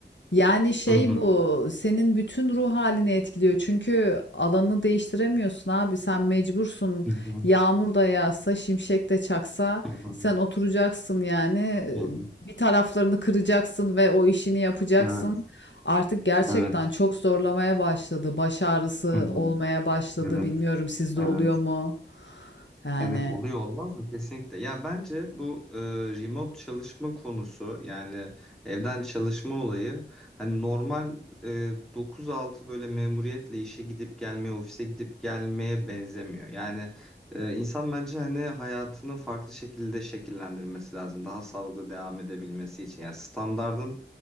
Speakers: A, on the left; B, in the centre.
A: Yani şey
B: Hı hı.
A: bu senin bütün ruh halini etkiliyor. Çünkü alanı değiştiremiyorsun abi sen mecbursun.
B: Hı hı.
A: Yağmur da yağsa, şimşek de çaksa
B: Hı hı.
A: sen oturacaksın yani. Ee,
B: Hı hı.
A: Bir taraflarını kıracaksın ve o işini yapacaksın.
B: Evet,
A: Artık gerçekten
B: evet.
A: çok zorlamaya başladı. Baş ağrısı
B: Hı hı.
A: olmaya başladı.
B: Evet,
A: Bilmiyorum sizde
B: evet.
A: oluyor mu? Yani
B: Evet oluyor olmaz mı? Kesinlikle. Ya bence bu e, remote çalışma konusu yani evden çalışma olayı hani normal e, 9-6 böyle memuriyetle işe gidip gelmeye, ofise gidip gelmeye benzemiyor. Yani e, insan bence hani hayatını farklı şekilde şekillendirmesi lazım. Daha sağlıklı devam edebilmesi için. Yani standardın